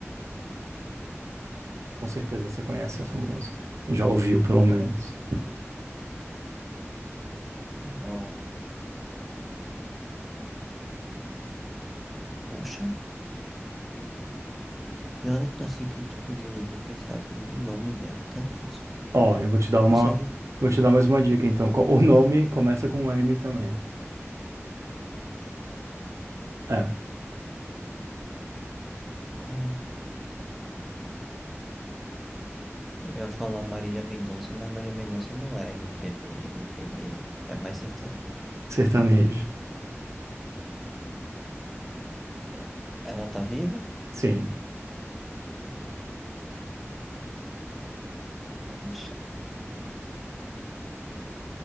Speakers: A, on the right (about 80°); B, in the centre.
A: Com certeza você conhece essa música. Já ouviu, pelo menos.
B: Ah, Poxa. Pior então, assim, que, tipo, de, de pensar de, de nome mesmo, tá difícil.
A: Ó, eu vou te dar uma,
B: Consegue.
A: vou te dar mais uma dica, então. Co- O nome começa com M também.
B: é, me
A: É,
B: fala- eu ia falar Marília Mendonça, mas Marília Mendonça não é MPB, MPB. É mais sertanejo.
A: sertanejo.
B: É, Ela tá viva?
A: Sim.
B: Poxa,